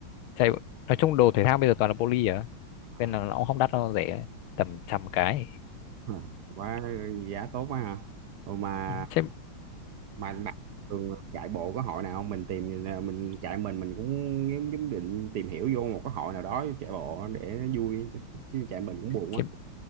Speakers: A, on the left (about 80°); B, on the right (about 65°).
A: chạy nói chung đồ thể thao bây giờ toàn là poly à
B: À,
A: nên là nó cũng không đắt đâu, nó rẻ tầm trăm cái
B: <laughs> quá giá tốt quá hả Ồ mà
A: Ừ, trên
B: mà bạn thường chạy bộ có hội nào không mình tìm mình chạy mình mình cũng giống giống định tìm hiểu vô một cái hội nào đó chạy bộ để nó vui chứ, chứ chạy mình cũng buồn
A: trên
B: quá